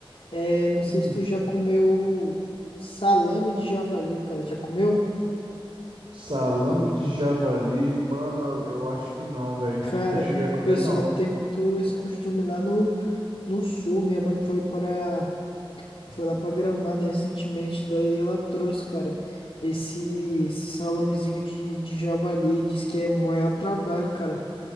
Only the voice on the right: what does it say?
Hum,
salame de javali, mano, eu acho que não, velho.
Nunca cheguei a comer
não.